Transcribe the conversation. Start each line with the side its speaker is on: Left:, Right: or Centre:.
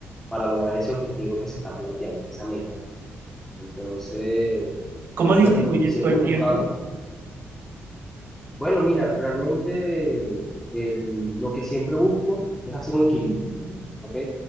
Centre: para lograr ese objetivo que se está planteando, esa meta. Entonces,
Right: ¿Cómo distribuyes
Centre: bueno, siempre
Right: todo el
Centre: enfocado.
Right: tiempo?
Centre: Bueno, mira, realmente el- lo que siempre busco es hacer un equilibrio, ¿ok?